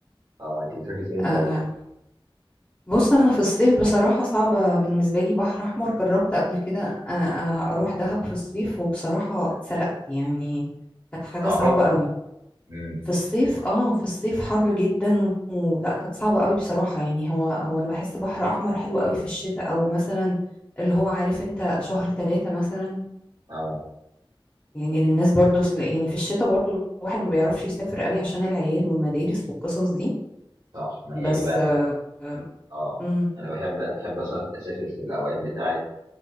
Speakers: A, on the right (about 55°); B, on the left (about 15°).
A: اه انت بتروحي فين
B: آه
A: طيب
B: بص انا في الصيف بصراحة صعبة بالنسبة لي بحر احمر جربت قبل كده آه آه، اروح دهب في الصيف وبصراحة اتسلقت يعني كانت حاجة
A: صعبه
B: صعبة قوي
A: امم
B: في الصيف اه في الصيف حر جدا ولا كانت صعبة قوي بصراحة يعني هو هو انا بحس بحر احمر حلو قوي في الشتاء او مثلا اللي هو عارف انت شهر ثلاثة مثلا
A: اه
B: يعني للناس برضو أصل- يعني في الشتاء برضو الواحد ما بيعرفش يسافر قوي عشان العيال والمدارس والقصص دي
A: صح ما هي
B: بس
A: دي بقى
B: آه، آه،
A: اه
B: مم،
A: انا بحب بحب أسا- اسافر في الاوقات بتاعه